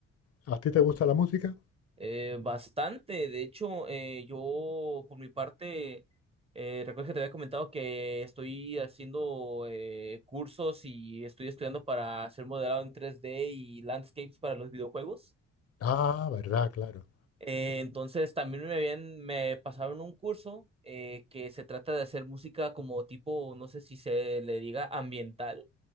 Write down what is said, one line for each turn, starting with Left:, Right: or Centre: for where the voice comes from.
Left: ¿A ti te gusta la música?
Right: Eh, bastante, de hecho, eh, yo por mi parte, eh, recuerdo que te había comentado que estoy haciendo eh, cursos y estoy estudiando para hacer modelado en tres d y landscapes para los videojuegos.
Left: Ah, verdad, claro.
Right: Eh, entonces también me habían, me pasaron un curso eh, que se trata de hacer música como tipo, no sé si se le diga ambiental